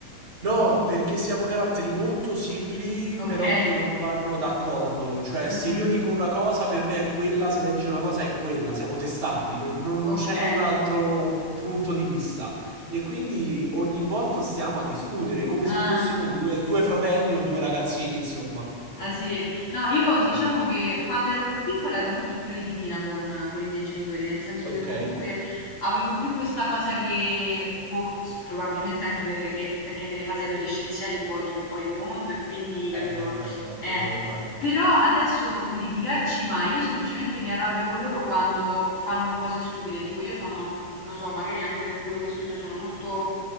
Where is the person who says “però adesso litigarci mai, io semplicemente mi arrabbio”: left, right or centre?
Left